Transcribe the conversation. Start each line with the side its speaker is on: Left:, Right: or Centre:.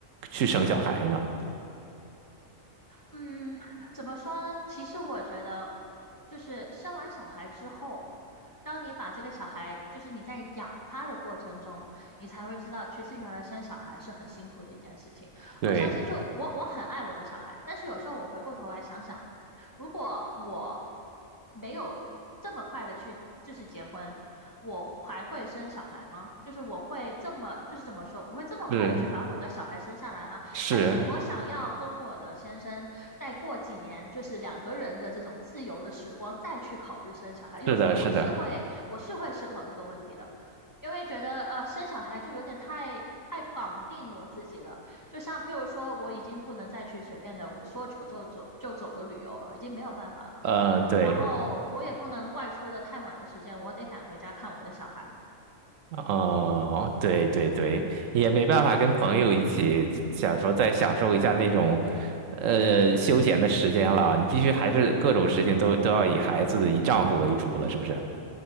Right: 去生小孩吗？
Left: 嗯，怎么说呢？其实我觉得，就是生完小孩之后，当你把这个小孩，就是你在养他的过程中，你才会知道，其实原来生小孩是很辛苦的一件事情。
Right: 对，
Left: 我相信就，我我很爱我的小孩，但是有时候我回过头来想想，如果我没有这么快的去就是结婚，我还会生小孩吗？就是我会这么，就是怎么说，我会这么快的去把我的小孩生下来吗？
Right: 是是
Left: 还是我想要跟我的先生再过几年，就是两个人的这种自由的时光，再去考虑生小孩。有时候我是会，
Right: 是的，是的，
Left: 我是会思考这个问题的，因为觉得呃，生小孩就有点太太绑定我自己了。就像譬如说，我已经不能再去随便的我说走就走就走的旅游了，已经没有办法了。
Right: 呃，对。
Left: 然后我也不能外出的太晚的时间，我得赶回家看我的小孩。
Right: 哦，对对对，也没办法跟朋友一起想说再享受一下那种，呃，休闲的时间了。你必须还是各种事情都都要以孩子、以丈夫为主了，是不是？